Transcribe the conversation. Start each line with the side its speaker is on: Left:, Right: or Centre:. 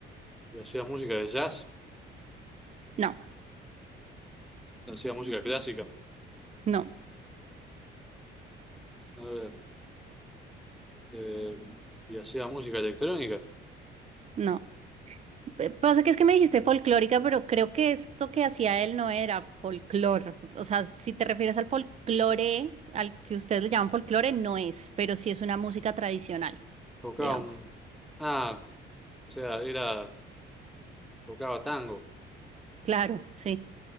Centre: y hacía música de jazz,
Right: No,
Centre: hacía música clásica,
Right: no,
Centre: a ver, eh, y hacía música electrónica.
Right: no. Eh, Pasa que es que me dijiste folclórica, pero creo que esto que hacía él no era folclore. O sea, si te refieres al folclore, al que ustedes le llaman folclore, no es, pero sí es una música tradicional,
Centre: Tocaba
Right: digamos.
Centre: un... Ah, o sea, era... Tocaba tango.
Right: Claro, sí.